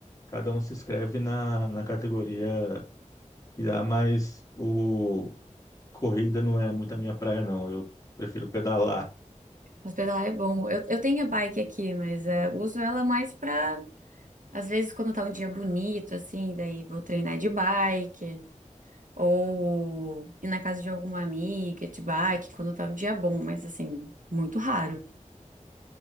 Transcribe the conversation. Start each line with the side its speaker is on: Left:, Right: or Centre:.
Left: Cada um se inscreve na, na categoria que dá mais o, corrida não é muito a minha praia, não. Eu prefiro pedalar.
Right: mas pedalar é bom. Eu, eu tenho a bike aqui, mas é, uso ela mais para, às vezes, quando tá um dia bonito, assim, daí vou treinar de bike. Ou ir na casa de alguma amiga, de bike, quando tá um dia bom, mas assim, muito raro.